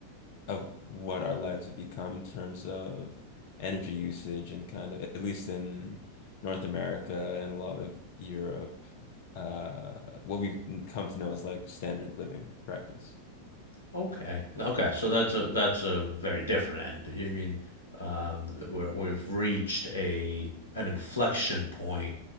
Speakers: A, on the left; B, on the left.
A: of what our lives have become in terms of energy usage and kind of at least in North America and a lot of Europe, uh what we've come to know as like standard living practice.
B: Okay. Okay. So that's a that's a very different end. You mean um, where we've reached a an inflection point